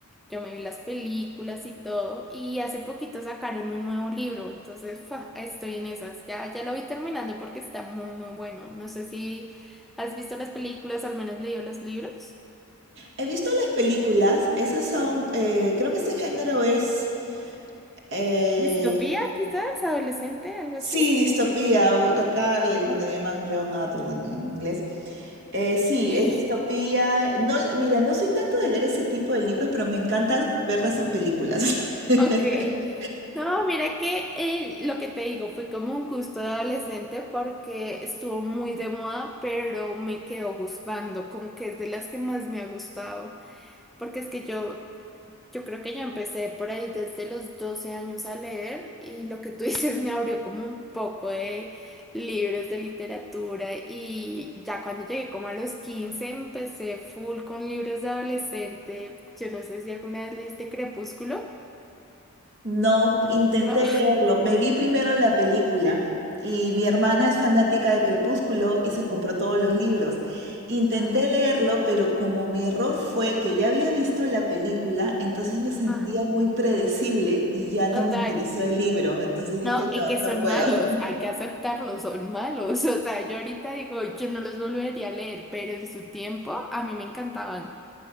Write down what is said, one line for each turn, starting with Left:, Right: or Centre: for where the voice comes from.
Centre: Yo me vi las películas y todo, y hace poquito sacaron un nuevo libro, entonces ¡fua! estoy en esas. Ya, ya lo vi terminando porque está muy, muy bueno. No sé si has visto las películas, al menos leído los libros.
Right: He visto las películas, esas son, eh, creo que ese género es... eh,
Centre: ¿Distopía, quizás? ¿Adolescente? ¿Algo
Right: Sí,
Centre: así?
Right: distopía, o- acá le, bueno,
Centre: Ah,
Right: le llaman young adult en, en inglés. Eh, sí,
Centre: sí.
Right: es distopía.
Centre: <laughs>
Right: No, mira, no soy tanto de leer ese tipo de libros, pero me encanta verlas en películas. <laughs>
Centre: Ok, no, mira que eh, lo que te digo fue como un gusto de adolescente porque estuvo muy de moda, pero me quedó gustando, como que es de las que más me ha gustado, porque es que yo Yo creo que ya empecé por ahí desde los 12 años a leer y lo que tú <laughs> dices me abrió como un poco de libros de literatura y ya cuando llegué como a los 15 empecé full con libros de adolescente. Yo no sé si alguna vez leíste Crepúsculo,
Right: No, intenté
Centre: ¿no?
Right: leerlo. Me vi primero la película y mi hermana es fanática de Crepúsculo y se compró todos los libros. Intenté
Centre: Ajá,
Right: leerlo, pero como mi error fue que ya había visto la película, entonces me sentía
Centre: ajá.
Right: muy predecible y ya no
Centre: Total.
Right: me interesó el libro. Entonces dije,
Centre: No,
Right: no,
Centre: y que son
Right: no puedo.
Centre: malos,
Right: <laughs>
Centre: hay que aceptarlos, son malos. <laughs> O sea, yo ahorita digo, yo no los volvería a leer, pero en su tiempo a mí me encantaban.